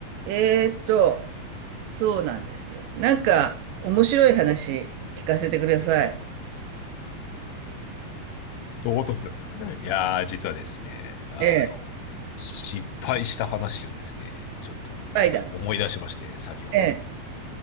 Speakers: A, on the right (about 80°); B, on the left (about 80°).
A: えーっと、そうなんですよ。なんか、面白い話聞かせてください。
B: 唐突。いやー、実はですね、あの、
A: ええ、
B: 失敗した話をですね、ちょっと思い出しまして、
A: スパイダー。
B: 先ほど。
A: ええ、